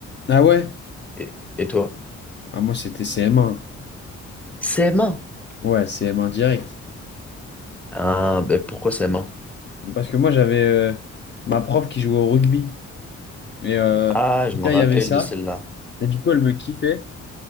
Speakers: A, on the left; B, in the centre.
A: Ah ouais?
B: Et, et toi?
A: Ah moi c'était CM1.
B: CM1?
A: Ouais, CM1 direct.
B: Ah, ben pourquoi CM1?
A: Parce que moi j'avais euh, ma prof qui jouait au rugby. Et euh,
B: Ah,
A: déjà
B: je me rappelle
A: il y avait ça.
B: de celle-là.
A: Et du coup elle me kiffait.